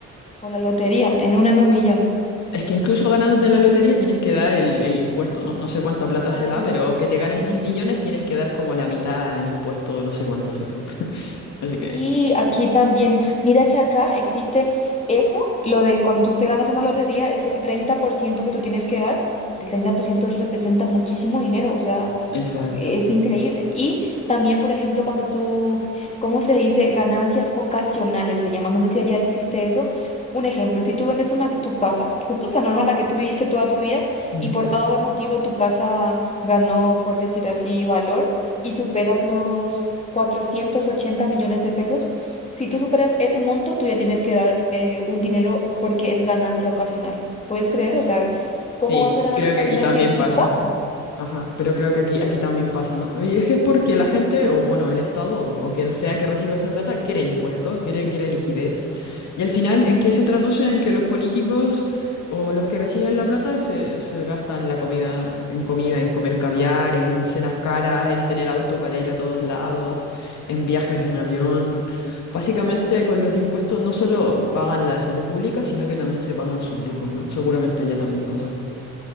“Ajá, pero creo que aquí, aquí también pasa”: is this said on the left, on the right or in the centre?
Left